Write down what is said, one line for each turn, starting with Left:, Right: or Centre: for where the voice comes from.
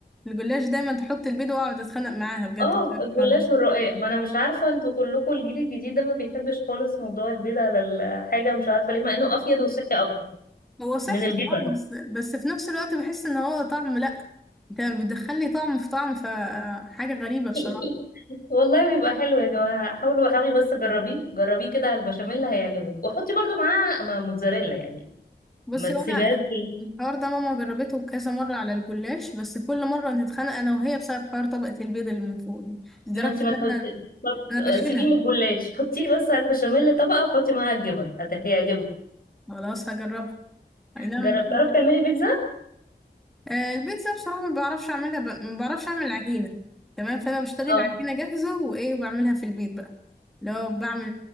Centre: الجلاش دايما تحط البيض وأقعد أتخانق معاها بجد
Left: اه
Centre: في الحوار
Left: الجلاش
Centre: ده
Left: والرقاق ما انا مش عارفه انتوا كلكم الجيل الجديد ده ما بيحبش خالص موضوع البيض على الحاجه مش عارفه ليه مع انه افيد وصحي اكتر
Centre: هو صحي
Left: من الجبن
Centre: اه بس بس في نفس الوقت بحس إن هو طعم لأ أنت بتدخلي طعم في طعم فحاجة غريبة بصراحة
Left: <laughs> والله بيبقى حلو يا جماعه حاولوا حاولي بس جربيه جربيه كده على البشاميل هيعجبك وحطي برضو معاه م- موتزاريلا يعني
Centre: بصي
Left: ما تسيبيهاش
Centre: وأنا
Left: كلها
Centre: الحوار ده ماما جربته كذا مرة على الجلاش بس كل مرة نتخانق أنا وهي بسبب حوار طبقة البيض اللي من فوق دي لدرجة
Left: ما انت
Centre: إن
Left: ما تحطي
Centre: أنا
Left: طب
Centre: أنا بشيلها
Left: آه، سيبيه من الجلاش حطيه بس على البشاميل طبقه وحطي معاها الجبن هت- هيعجبك
Centre: خلاص هجربها اي نعم
Left: جربت
Centre: ما بحبش
Left: تعرف
Centre: البيتزا.
Left: تعملي بيتزا
Centre: آه، البيتزا بصراحة ما بعرفش اعملها ب... ما بعرفش اعمل عجينة تمام فانا بشتري
Left: اه
Centre: العجينة جاهزة وايه بعملها في البيت بقى لو بعمل